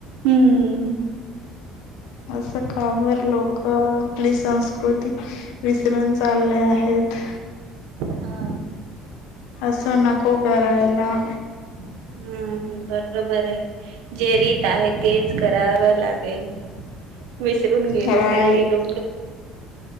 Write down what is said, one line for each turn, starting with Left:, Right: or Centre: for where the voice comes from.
Right: हूं!
Left: असं का बोल लो! हो आपली संस्कृती विसरून चालले आहेत.
Right: हा
Left: असं नको करायला.
Right: हम्म बरोबर आहे, जे रीत आहे तेच करावं लागेल. विसरून गेले
Left: राईट.
Right: सगळी लोकं.